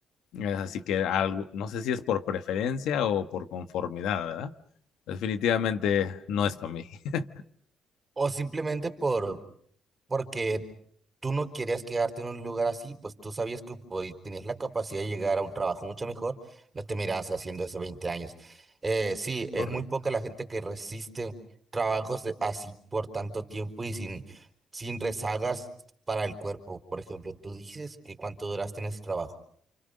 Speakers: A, on the left; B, on the right.
A: Es así que algo, no sé si es por preferencia o por conformidad, ¿verdad? Definitivamente no es para mí. <laughs>
B: O simplemente por, porque tú no querías quedarte en un lugar así, pues tú sabías que hoy tenías la capacidad de llegar a un trabajo mucho mejor, no te mirabas haciendo eso 20 años. Eh, sí, es
A: Correcto.
B: muy poca la gente que resiste trabajos de- así por tanto tiempo y sin, sin rezagas para el cuerpo. Por ejemplo, tú dices que cuánto duraste en ese trabajo.